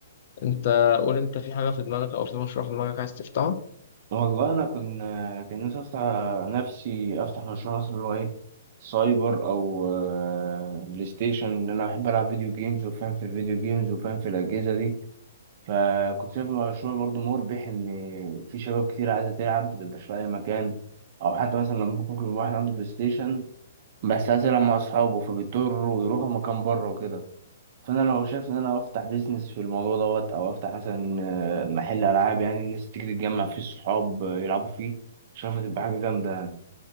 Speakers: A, on the left; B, on the right.
A: أنت قول أنت في حاجة في دماغك أو في مشروع في دماغك عايز تفتحه
B: والله انا كنت كان نفسي افتح نفسي افتح مشروع مثلا اللي هو ايه سايبر او آه، بلاي ستيشن لان انا بحب العب فيديو جيمز وفاهم في الفيديو جيمز وفاهم في الاجهزة دي فكنت شايف المشروع برضه مربح إن في شباب كتير عايزة تلعب مبتبقاش لاقي مكان أو حتى مثلا لما ممكن يكون واحد عنده بلاي ستيشن بس عايز يلعب مع أصحابه فبيضطروا يروحوا مكان بره وكده فأنا لو شايف إن أنا أفتح بيزنس في الموضوع دوت أو أفتح مثلا آه، محل ألعاب يعني الناس تيجي تتجمع فيه الصحاب آه، يلعبوا فيه شايفها تبقى حاجة جامدة يعني